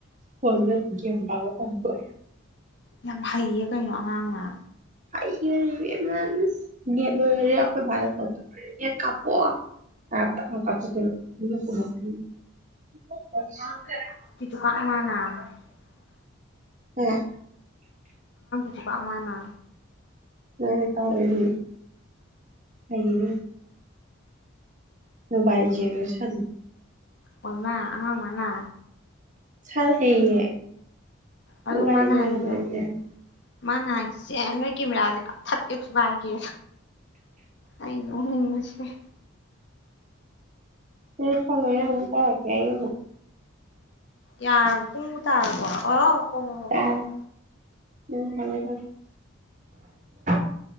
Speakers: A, on the right (about 35°); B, on the left (about 55°).
A: ꯐꯣꯟ ꯃꯦꯠ ꯒꯦꯝ ꯗꯥꯋꯟꯂꯣꯠ ꯇꯟꯕ꯭ꯔꯣ
B: ꯌꯥꯝ ꯍꯩꯌꯦ ꯀꯩꯅꯣ ꯑꯉꯥꯡꯅ
A: ꯍꯩꯈꯔꯦꯗꯥ ꯏꯕꯦꯝꯃ ꯏꯁ ꯅꯦꯠ ꯂꯣꯏꯈ꯭ꯔꯗꯤ ꯑꯩꯈꯣꯏ ꯄꯥꯗ ꯀꯣꯜ ꯇꯧꯗꯣꯏꯅꯦ ꯅꯦꯠ ꯀꯞꯄꯛꯑꯣ ꯍꯥꯏꯔꯒ ꯄꯛꯂꯥꯎ ꯀꯞꯄꯛꯇꯣꯏꯕ ꯏꯅꯦ ꯀꯨꯂꯥꯄꯤ ꯑꯣꯖꯥ
B: <unintelligible>
A: ꯎꯝ
B: ꯆꯤꯄꯥꯛ ꯃꯥꯅ
A: ꯎꯝ ꯇꯧꯔꯦꯅꯦ ꯑꯣꯏꯅꯤꯅꯦ <unintelligible> ꯃꯣꯕꯥꯏꯜ ꯂꯤꯖꯦꯜꯒꯗꯣ ꯁꯥꯅꯧ
B: ꯑꯣꯏ ꯃꯥ ꯑꯉꯥꯡ ꯃꯥꯅ
A: ꯁꯜꯂꯦꯌꯦ
B: ꯑꯗꯨ
A: <unintelligible>
B: ꯃꯥ ꯅꯍꯥꯟꯒꯤꯗꯣ ꯃꯥꯅ ꯍꯥꯢꯁꯦ ꯅꯣꯢ ꯀꯦꯃꯦꯔꯁꯦ ꯀꯛꯊꯠꯀꯦ ꯊꯨꯒꯥꯢꯒꯦ ꯑꯩ ꯅꯣꯛꯅꯤꯡꯕꯅ ꯁꯤꯔꯦ
A: ꯍꯣꯏ ꯊꯝꯃꯒꯦ ꯑꯃꯨꯛ ꯇꯧꯔꯛꯀꯦ ꯑꯩ ꯑꯃꯨꯛ
B: ꯌꯥꯔꯕ ꯄꯨꯡꯕꯨ ꯇꯥꯔꯕꯣ ꯑꯣ ꯍꯣ ꯍꯣ ꯍꯣ
A: ꯇꯥꯔꯦ
B: ꯍꯣ ꯍꯣ
A: ꯎꯝ ꯊꯃꯦ ꯊꯃꯦ <inaudible>